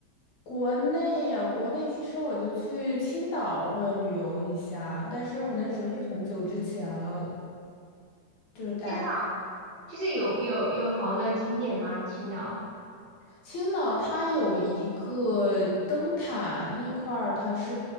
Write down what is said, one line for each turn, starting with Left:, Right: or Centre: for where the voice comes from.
Left: 国内呀、国内其实我就去青岛会旅游一下，但是我那时候是很久之前了，就是大概
Right: 青岛就是有有有好的景点吗？青岛？
Left: 青岛它有一个灯塔那块儿，它是